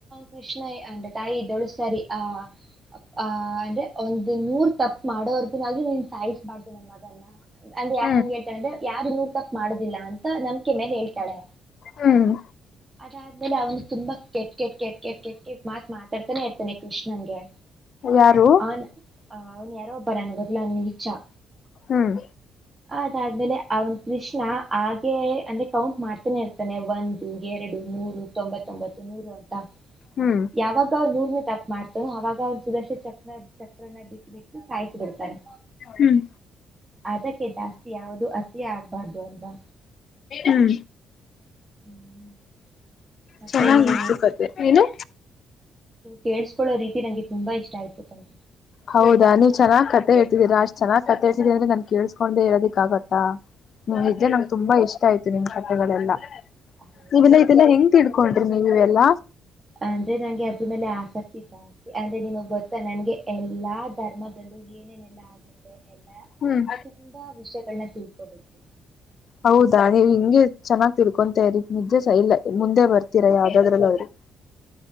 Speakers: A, on the right; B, on the left.
A: ಕೃಷ್ಣ ಅಂದ್ರೆ ತಾಯಿ ಇದ್ದೋಳು ಸರಿ ಆ ಅ ಅಂದ್ರೆ ಒಂದು ನೂರ್ ತಪ್ಪ ಮಾಡೋವರ್ಗೂನ ಆದ್ರೂ ನೀನ್ ಸಾಯಿಸ್ಬಾರ್ದು ನಮ್ಮ ಮಗನ್ನ ಅಂದ್ರ ಯಾಕಂಗ
B: ಹ್ಮ್
A: ಹೇಳ್ತಾರೆ ಅಂದ್ರೆ ಯಾರ ನ ತಪ್ಪ ಮಾಡುದಿಲ್ಲ ಅಂತ ನಂಬಿಕೆ ಮೇಲ ಹೇಳ್ತಾಳೆ.
B: ಹ್ಮ್
A: ಅದಾದ್ಮೇ ಅವನು ತುಂಬಾ ಕೆಟ್ ಕೆಟ್ ಕೆಟ್ ಕೆಟ್ ಕೆಟ್ ಕೆಟ್ ಮಾತ್ ತರ್ತಾನೆ ಇರ್ತಾನನೆ ಕೃಷ್ಣನ್ಗೆ
B: ಯಾರು
A: ಅವ ಅವನು ಯಾರೋಬ್ಬರಾನ ಅವನ ಇಚ್ಛಾ
B: ಹ್ಮ್
A: ಅದಾದ್ಮೇಲೆ ಅವನ್ ಕೃಷ್ಣ ಹಾಗೆ ಅಂದ್ರೆ ಕೌಂಟ್ ಮಾಡ್ತಾನೆ ಇರ್ತಾನೆ ಒಂದು ಎರಡು ಮೂರು ತೊಂಬತ್ತೊಂಬತ್ತು ನೂರು ಅಂತ
B: ಹ್ಮ್
A: ಯಾವಾಗ ಅವ ನೂರ್ನ ತಪ್ಪ ಮಾಡ್ತಾನೋ ಅವಾಗ ಅವನ್ ಸುದರ್ಶ ಚಕ್ರ ಚಕ್ರನ ಬಿಟ್ಟ ಬಿಟ್ಟ ಸಾಯಿಸಿ ಬಿಡ್ತಾರೆ
B: ಹ್ಮ್
A: ಅದಕ್ಕೆ ಜಾಸ್ತಿ ಯಾವುದೂ ಅತಿಯ ಆಗ್ಬಾರ್ದು ಅಲ್ವಾ
B: ಹ್ಮ್
A: <unintelligible> ಮತ್ತೆ
B: ಚೆನ್ನಾಗಿ
A: ನೀವು
B: ಕಥೆ ಏನು
A: ಕೇಳಸ್ಕೊಳ್ಳಳೋ ರೀತಿ ನಂಗೆ ತುಂಬಾ ಇಷ್ಟ ಆಯತತ್ನ್ರಿ
B: ಹೌದಾ ನೀವ್ ಚೆನ್ನ್ ಕತೆ ಹೇಳ್ತಿದೀರಾ ಅಷ್ಟ್ ಚೆನ್ನ್ ಕತೆ ಹೇತಿದೀಿ ಅಂದ್ರೆ ನನ್ ಕೇಳಳ್ಸ್ಕೊಂಡೆ ಇ ಹೇಳೋದಿಕ್ ಆಾಗತ್ತಾ ನೀ್
A: ಹ್ಮ್
B: ಇದೆ ನಂಗೆ ತುಂಬಾ ಇಷ್ಟ ಆಯ್ತು ನಿಮ್ ಕತೆಗಳೆಲ್ಲಾ
A: ಹೌದಾ
B: ನೀವೆಲ್ಲಾ ಇದೆಲ್ಲ ಹೆಂಗ್ ತಿಡ್ಕೊಂಡ ನೀವುವೆ ಎಲ್ಲ
A: ಅಂದ್ರೆ ನಂಗೆ ಅದ್ರ ಮೇಲೆ ಆಸಕ್ತಿ ಜಾಸ್ತಿ ಅಂದ್ರೆ ನಿಮಗ್ ಗೊತ್ತಾ ನಂಗೆ ಎಲ್ಲಾ ಧರ್ಮದ ಏನೇನೆಲ್ಲಾ ಆಗುತ್ತೆ ಎಲ್ಲಾ ಎಲ್ಲ
B: ಹ್ಮ್
A: ತುಂಬಾ ವಿಷಯಗಳನ್ನ ತಿಳ್ಕೋಬೇಕು
B: ಹೌದಾ ನೀವ್ ಹಿಂಗಗೆ ಚೆನ್ನಾಗಾಗಿ ತಿಳ್ಕೊಂತ ನಿದ್ದೆ ಸ ಇಲ್ಲ ಮುಂದೆ ಬರ್ತೀರಾ ಯಾವ್ದಾದ್ರಲ್ಲ ಅವ್ರಿಗೆ